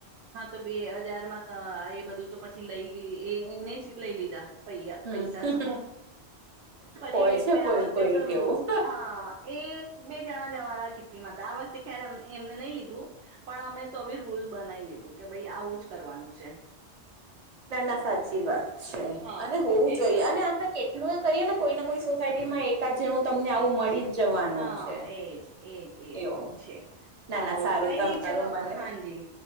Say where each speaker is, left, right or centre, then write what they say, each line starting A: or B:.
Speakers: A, on the right; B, on the right.
A: હા તો બે હજારમાં તો આ એ બધું તો પછી લઈ ગઈ એ એને જ લઈ લીધા. પૈયા
B: હમ
A: પૈસા તો પછી
B: હોય
A: એટલે
B: છે કોઈ
A: આ વખતે
B: કોઈ
A: તો
B: કેવું
A: રૂ હા. એ બે જણા જવારા કીટીમાં હતા, આ વખતે ખેર એમને નઈ લીધું. પણ અમે તો બી રૂલ બનાઈ લીધું કે ભઈ આવું જ કરવાનું છે.
B: ના ના સાચી વાત છે
A: હા
B: અને હોવું
A: એજ
B: જોઈએ
A: ના
B: અને આપણે કેટલું એ કરીએ ને કોઈને કોઈ સોસાયટીમાં એકાદ જણું તમને
A: એજ
B: આવું મળી જ જવાનું
A: હા
B: છે.
A: એજ એજ એ
B: એવું
A: તો છે.
B: ના
A: હારુ
B: ના સારું
A: કઈ
B: તમારું
A: નઈ ચલો
B: મને
A: હાજી